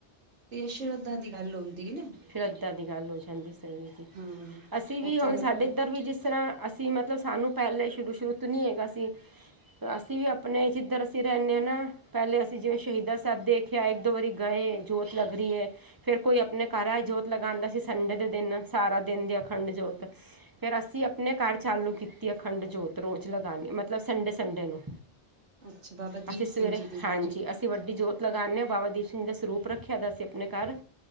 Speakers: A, on the right; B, on the right.
A: ਤੇ ਸ਼ਰਧਾ ਦੀ ਗੱਲ ਹੁੰਦੀ ਨਾ।
B: ਸ਼ਰੱਧਾ ਦੀ ਗੱਲ ਹੋ ਜਾਂਦੀ ਸਹੀ ਹੈ ਜੀ।
A: ਹਾਂ
B: ਅਸੀਂ ਵੀ
A: ਉੱਥੇ
B: ਹੁਣ
A: ਲੰਗਰ
B: ਸਾਡੇ ਇੱਧਰ ਵੀ ਜਿਸ ਤਰ੍ਹਾਂ ਅਸੀਂ ਮਤਲਬ ਸਾਨੂੰ ਪਹਿਲਾਂ ਹੀ ਸ਼ੁਰੂ -ਸ਼ੁਰੂ ਤੋਂ ਨਹੀਂ ਹੈਗਾ ਸੀ। ਅਸੀਂ ਵੀ ਆਪਣੇ ਜਿੱਧਰ ਅਸੀਂ ਰਹਿੰਦੇ ਹਾਂ ਨਾ। ਪਹਿਲੇ ਅਸੀਂ ਜਿਵੇਂ ਸ਼ਹੀਦਾਂ ਸਾਹਿਬ ਦੇਖਿਆ ਇੱਕ ਦੋ ਵਾਰੀ ਗਏ, ਜੋਤ ਲੱਗ ਰਹੀ ਹੈ। ਫੇਿਰ ਕੋਈ ਆਪਣੇ ਘਰ ਜੋਤ ਲਗਾਉਂਦਾ ਸੀ ਸੰਡੇ ਦੇ ਦਿਨ ਸਾਰਾ ਦਿਨ ਦੀ ਅਖੰਡ ਜੋਤ। ਫਿਰ ਅਸੀਂ ਆਪਣੇ ਘਰ ਚਾਲੂ ਕੀਤੀ ਅਖੰਡ ਜੋਤ ਰੋਜ਼ ਲਗਾਉਣੀ। ਮਤਲਬ ਸੰਡੇ- ਸੰਡੇ ਨੂੰ।
A: ਅੱਛਾ ਬਾਬਾ
B: ਅਸੀਂ
A: ਦੀਪ
B: ਸਵੇਰੇ
A: ਸਿੰਘ ਜੀ ਦੀ।
B: ਹਾਂਜੀ ਅਸੀਂ ਵੱਡੀ ਜੋਤ ਲਗਾਦੇ ਹਾਂ ਬਾਬਾ ਦੀਪ ਸਿੰਘ ਜੀ ਦਾ ਸਰੂਪ ਰੱਖਿਆ ਦਾ ਅਸੀਂ ਆਪਣੇ ਘਰ।